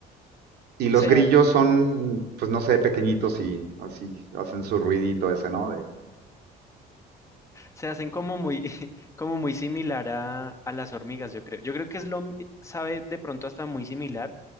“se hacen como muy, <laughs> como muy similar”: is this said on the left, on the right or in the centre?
Left